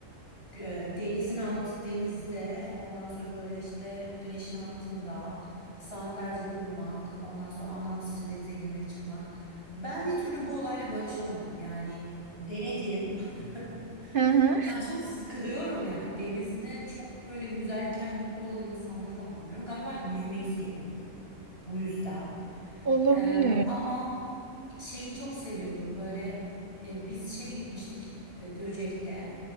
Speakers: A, on the left; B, on the right.
A: e, denizin alt denizde ondan sonra böyle işte güneşin altında saatlerce durmak ondan sonra anlamsızca denize girmek çıkmak ben bir türlü bu olayla barışamadım yani denedim <laughs>
B: Hı hı.
A: Ben çok sıkılıyorum ya. Denizde çok böyle yüzerken mutlu olan insanları da anlamıyorum. Galiba yüzmeyi sevmiyorum. Bu yüzden.
B: Olabilir.
A: Ee, ama şeyi çok seviyorum. Böyle e, biz şeye gitmiştik e, Göcek'te.